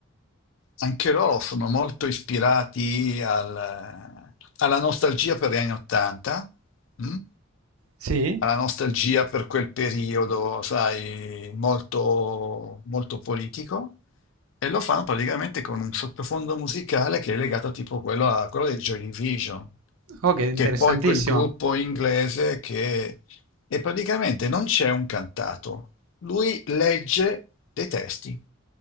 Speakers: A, on the left; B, on the right.
A: anche loro sono molto ispirati al- alla nostalgia per gli anni Ottanta, mm?
B: Sì?
A: alla nostalgia per quel periodo, sai, molto, molto politico, e lo fanno praticamente con un sottofondo musicale che è legato tipo quello a quello dei Joy Division,
B: Oh, che interessantissimo.
A: che è poi quel gruppo inglese che e praticamente non c'è un cantato, lui legge dei testi